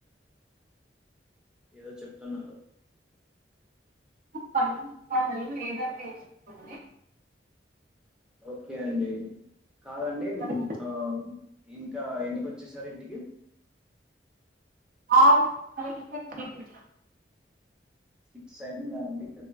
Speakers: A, in the centre; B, on the right (about 50°).
A: ఏదో చెప్తున్నారు
B: <unintelligible> ఏదో తేస్తుంది
A: ఓకే అండి కాదండి
B: సరే
A: ఆ ఇంకా ఎన్నికొచ్చేసారు ఇంటికి
B: ఆ <unintelligible>
A: సిక్స్ అయిందా అండి